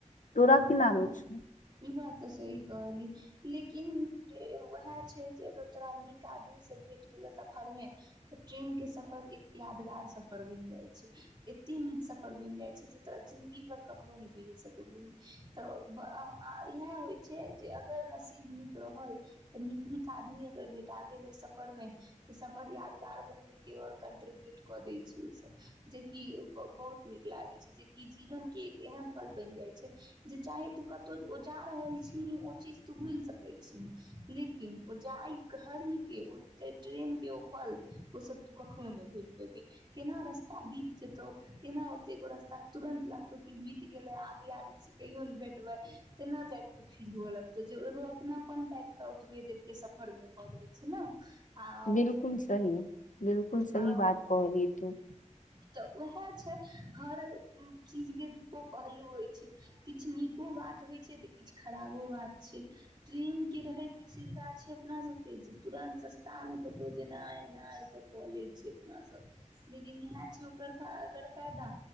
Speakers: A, on the left; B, on the right.
A: तोरा की
B: ह
A: लागै छौ
B: ई बात तऽ सही कहली लेकिन उएह छै अगर तोरा निक आदमी सब भेट गेलौ सफरमे तऽ ट्रेन के सफर एक यादगार सफर सफर बनि जाय छै एते नीक सफर बनि जाय छै जे तोरा जिन्दगी भर कखनो नहि भूलि सकबिही तऽ आ इएह होइ छै जे अगर नसीब नीक रहल तऽ नीक नीक आदमी अगर भेटा गेलै सफरमे तो सफर यादगार बनवे के और कंट्रीब्यूट कऽ दै ओ सब जेकि बहुत नीक लागे छै जेकि जीवन के एक एहन पल बनि जाय छै जे चाहे तू कतौ ओ जा रहल छी ओ चीज तू भूलि सकै छीही लेकिन ओ जाइ घर ही के ओतै ट्रेन की ओ पल ओ सब तू कखनो नहि भुलि पेबही केना रस्ता बीत जेतौ केना ओते रस्ता तुरन्त लागतौ की बीत गेलै आभि कहियो ने भेटबे तेना टाइप के फील हुए लगतौ जे एगो अपना अपन टाइप के ओतबे देर के सफर मे भऽ जाइ छै ने आउ
A: बिलकुल सही बिलकुल सही
B: आउ
A: बात कहली तू
B: तऽ उएह छै हर चीज के दुगो पहलू होइ छै किछु नीको बात होइ छै तऽ किछु खराबो बात छै ट्रेन के रहैत ई सुविधा छै अपना सबके जे तुरन्त सस्ता मे कतहु जेनाइ एनाइ तऽ कऽ लै छियै अपना सब लेकिन इएह छै ओकर गर फायदा